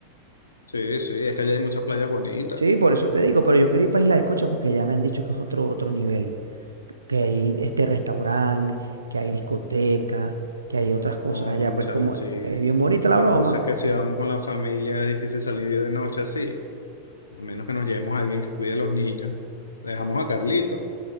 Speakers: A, on the left; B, on the right.
A: sí, sí, es que allá hay muchas playas bonitas.
B: Sí, por eso te digo, pero yo quiero ir para Isla de Coche porque ya me han dicho que es otro, otro nivel. Que hay este restaurante, que hay discoteca, que hay otras cosas
A: Cónchale,
B: allá. Pues como
A: sí.
B: es bien bonita la
A: La
B: broma.
A: cosa es que si vamos con la familia es difícil salir de noche así, a menos que nos llevemos a alguien que cuide a los niños. Le dejamos a Carlito,